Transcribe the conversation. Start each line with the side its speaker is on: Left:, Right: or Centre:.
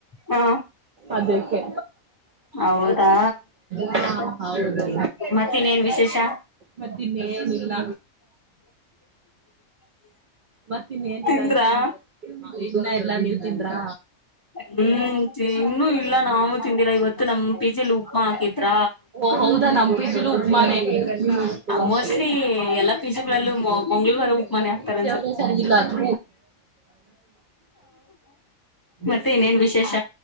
Left: ಹಾ
Right: ಅದಕ್ಕೆ
Left: ಹೌದಾ
Right: ಹ ಹೌದು
Left: ಮತ್ತಿನ್ನೇನ್ ವಿಶೇಷ
Right: ಮತ್ತ ಇನ್ನ ಏನಿಲ್ಲ ಮತ್ತ ಇನ್ ಏನಿಲ್ಲ
Left: ತಿಂದ್ರಾ
Right: ಎಲ್ಲ ಇನ್ನ ಎಲ್ಲಾ ನೀವ್ ತಿಂದ್ರಾ
Left: ಹ್ಮ್ ಇನ್ನುೂ ಇಲ್ಲ ನಾೂ ತಿಂದಿಲ್ಲ ಇವತ್ತು ನಮ ಪಿಜಿಲಿ ಉಪ್ಪ ಹಾಕಿದ್ರ
Right: ಓ ಹೌದಾ ನಮ್ ಪಿಜಿಲು ಉಪ್ಮಾನೆ
Left: ಮೋಸ್ಟ್ಲಿ ಎಲ್ಲಾ ಪೀಸಗಳಲ್ಲೂ ಮಂಗಳವಾರ ಉಪ್ಪ ಮಾಡ
Right: ನಮ್ ಪ್ರೀತಿ
Left: ತ್ತರ
Right: ಅವರೇ ಸರಿಗಿಲ್ಲ ಅದು
Left: ಮತ್ತೆ ಇನೇನ್ ವಿಶೇಷ